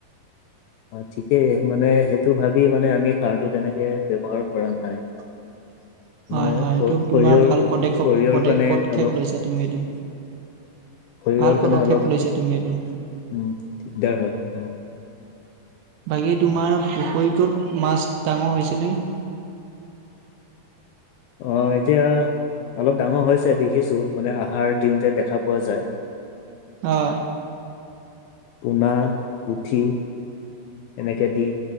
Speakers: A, on the left (about 80°); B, on the right (about 80°).
A: অ ঠিকেই মানে সেইটো ভাবি মানে আমি সাৰটো তেনেকে ব্যৱহাৰ কৰা নাই।
B: <unintelligible> হয়
A: মানে
B: হয় এইটো তোমাৰ
A: সৰিয়হৰ
B: ভাল পদক্ষপদ
A: সৰিয়হৰ কাৰণে
B: পদক্ষেপ
A: অলপ
B: লৈছা তুমি এইটো
A: সৰিয়হৰ
B: ভাল
A: কাৰণে
B: পদক্ষেপ
A: অলপ
B: লৈছা তুমি এইটো,
A: উম দিগদাৰ হয়
B: বাকী তোমাৰ পুখুৰীটোত মাছ ডাঙৰ হৈছে নে।
A: অ এতিয়া অলপ ডাঙৰ হৈছে দেখিছো মানে আহাৰ দিওঁতে দেখা পোৱা যায়।
B: অ,
A: পোনা পুঠি এনেকে দি